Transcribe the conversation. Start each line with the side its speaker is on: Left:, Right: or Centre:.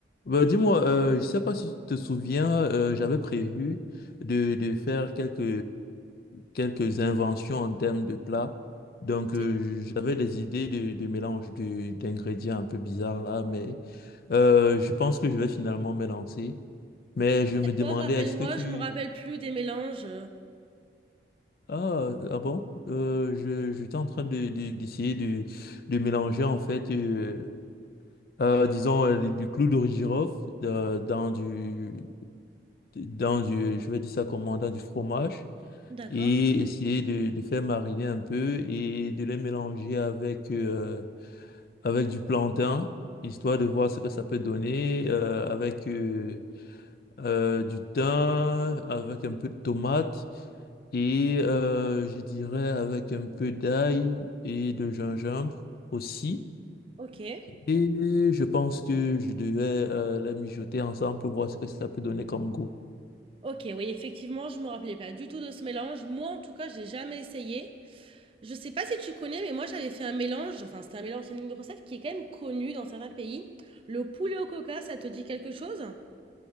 Left: Bah, dis-moi, euh, je sais pas si tu te souviens, euh, j'avais prévu de, de faire quelques, quelques inventions en termes de plats. Donc,
Right: C'était
Left: euh, j'avais des idées de, de mélange de, d'ingrédients un peu bizarres là, mais euh, je pense que je vais finalement me lancer. Mais je me demandais,
Right: quoi? Rappelle-moi,
Left: est-ce que tu...
Right: je me rappelle plus des mélanges.
Left: Ah, ah bon? Euh, je, j'étais en train de, de- d'essayer de, de mélanger en fait, euh, euh, disons, euh, du clou de girofle euh, dans du... dans du, je vais dire ça comment, dans du fromage
Right: D'accord.
Left: et essayer de, de faire mariner un peu et de les mélanger avec, euh, avec du plantain, histoire de voir ce que ça peut donner, euh, avec euh, euh, du thym, avec un peu de tomate et euh, je dirais avec un peu d'ail et de gingembre aussi.
Right: OK.
Left: Et je pense que je devais euh, les mijoter ensemble pour voir ce que ça peut donner comme goût.
Right: OK, oui, effectivement, je me rappelais pas du tout de ce mélange. Moi, en tout cas, j'ai jamais essayé. Je sais pas si tu connais, mais moi, j'avais fait un mélange. Enfin, c'était un mélange, c'est une recette qui est quand même connue dans certains pays. Le poulet au coca, ça te dit quelque chose?